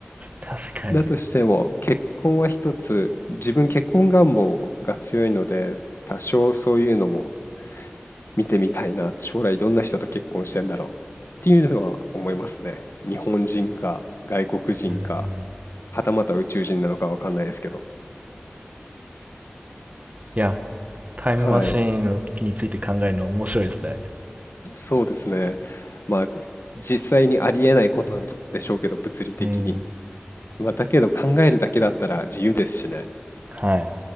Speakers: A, on the right; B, on the left.
A: 確かに。
B: だとしても結婚は一つ、自分結婚願望が強いので、多少そういうのも見てみたいな、将来どんな人と結婚してんだろうっていうのは思いますね。日本人か外国人か、
A: うんうん。
B: はたまた宇宙人なのかわかんないですけど。
A: いや、タイムマシーンについて考えるの面白いですね。
B: はい、そうですね。まあ実際にありえないことなんでしょうけど、物理的に。
A: うん。
B: まあ、だけど考えるだけだったら自由ですしね。
A: はい。